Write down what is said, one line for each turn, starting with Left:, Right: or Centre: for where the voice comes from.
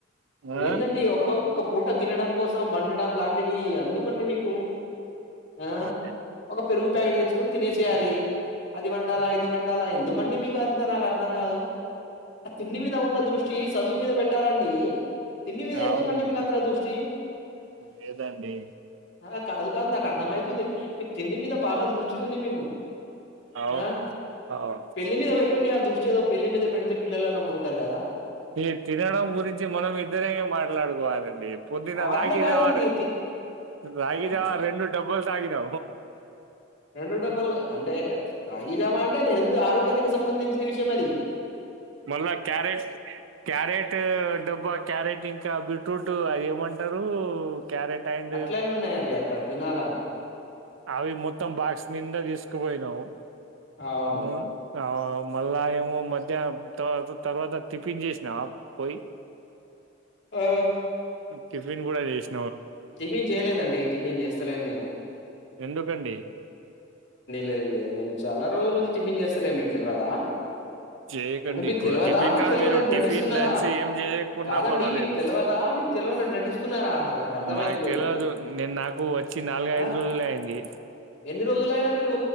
Right: ఆ
Left: ఏందండి ఒ ఒక పూట తినడం కోసం వండడం లాంటివి అందుకండి మీకు ఆ
Right: అదే
Left: ఒక పెరుగు ప్యాట్చ్చకు తినే చేయాలి అది వండాలా ఇది వండాలా ఎందు అవండి మీకు అంతా నాకు అర్థం కాదు ఆ తిన్న మీద ఉన్న దృష్టి చదువు మీద పెట్టాలండి తిండి మీద ఎందుకండి
Right: అవును
Left: మీకు అంత దృష్టి
Right: లేదండి
Left: ఆ కాదు కాదు నాకు అర్థం అయితుంది మీకు తిండి మీద బాగా దృష్టి చూని మీకు
Right: అవును
Left: ఆ!
Right: అవును
Left: పెళ్లి మీద పెట్టండి ఆ దృష్టి ఏదో పెళ్లి మీద పెడితే పిల్లలన్నా పుడతారు కదా
Right: ఈ తినడం గురించి మనం ఇద్దరే మాట్లాడుకోవాలండి పొందిన రాగి
Left: అట్లా కాదండి
Right: దవారు
Left: ఇది
Right: రాగి
Left: ఆ
Right: దవ రెండు డబ్బులు తాగిరా
Left: రెండు డబ్బులు అంటే రాగి జవా అంటేది హెత్ ఆరోగ్యానికి సంబంధించి విషయం మ
Right: మొళ్ళ క్యారెట్ క్యారెట్ డబ్బా క్యారెట్ ఇంకా బ టోట్ అవి ఏమంటారు క్యారెట్ అండ్
Left: అట్లనే ఉన్నాయా అవి అక్కడ తినాల
Right: అవి మొత్తం బాక్స్ నిండా తీసుకుపోయినావు
Left: అవును
Right: ను ఆ మళ్ళా ఏమో మధ్యాహ్నం త తర్వాత తిప్పించేసినావా పోయి
Left: ఆ
Right: టిఫిన్ కూడాదిష్ట
Left: టిఫిన్ చేయలేదండి టిఫిన్ చేస్తలేని నేను
Right: ఎందుకండి
Left: లేదు లేదు నేను చాలా రోజు నుంచి టిఫన్ చేస్తలే మీకు తెలియదా
Right: చేయకండి
Left: అంటే మీకు
Right: ఇప్పుడు
Left: తెలివదా
Right: టిఫిన్
Left: మీరు
Right: కాదు
Left: తెలివనట్టు
Right: టిఫిన్
Left: నటిస్తున్నారా
Right: లంచ్ ఏం చేయకున్నా
Left: కాదండి
Right: పర్వాలేదు
Left: మీకు తెలియదా మీకు తెలివనట్టు నటిస్తున్నారా అసలు అర్థమైతలేదు.
Right: నాకు తెలియదు నేను నాకు వచ్చి నాలుగై
Left: ఆ!
Right: ఐదు రోజులు అయింది
Left: ఎన్ని రోజులైనా మీరు